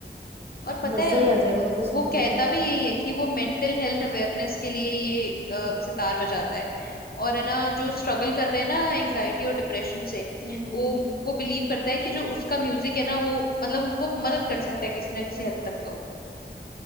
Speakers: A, on the left; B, on the right.
A: और पता
B: मजा
A: है
B: ही आ जाएगा उसको सुन
A: वो कहता
B: के तो
A: भी यही है कि वो मेंटल हेल्थ अवेयरनेस के लिए ये अ, सितार बजाता है और है ना जो स्ट्रगल कर रहे हैं ना एंजाइटी और डिप्रेशन से
B: हम्म
A: वो वो बिलीव करता है कि जो उसका म्यूजिक है ना वो मतलब उनको मदद कर सकता है किसी ना किसी हद तक तो